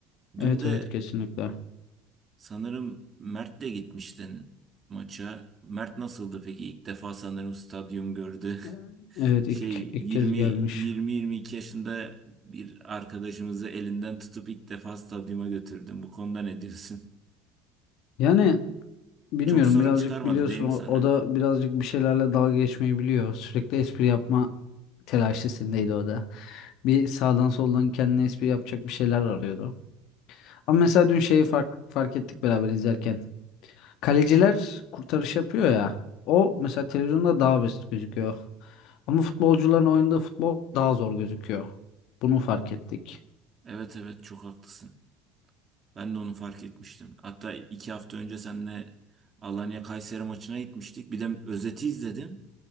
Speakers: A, on the right (about 35°); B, on the left (about 65°).
A: Dün
B: Evet
A: de
B: evet kesinlikle.
A: sanırım Mert'le gitmiştin maça. Mert nasıldı peki? İlk defa sanırım stadyum gördü.
B: Evet Evet,
A: <laughs> şey
B: ilk, ilk
A: 20
B: kez gelmiş.
A: 20 22 yaşında bir arkadaşımızı elinden tutup ilk defa stadyuma götürdüm. Bu konuda ne diyorsun? <laughs>
B: Yani bilmiyorum
A: Çok sorun
B: birazcık
A: çıkarmadı
B: biliyorsun
A: değil mi
B: o,
A: sana?
B: o da birazcık bir şeylerle dalga geçmeyi biliyor. Sürekli espri yapma telaşesindeydi o da. Bir sağdan soldan kendine espri yapacak bir şeyler arıyordu. Ama mesela dün şeyi fark, fark ettik beraber izlerken. Kaleciler kurtarış yapıyor ya. O mesela televizyonda daha basit gözüküyor. Ama futbolcuların oynadığı futbol daha zor gözüküyor. Bunu fark ettik.
A: Evet evet çok haklısın. Ben de onu fark etmiştim. Hatta iki hafta önce seninle Alanya Kayseri maçına gitmiştik. Bir de özeti izledim.